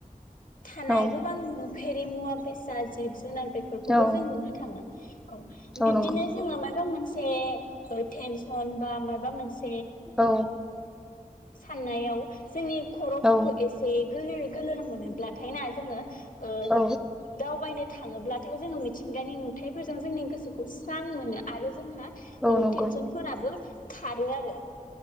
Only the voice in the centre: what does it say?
औ
औ
औ
नंगौ
औ।
औ
औ
औ
नंगौ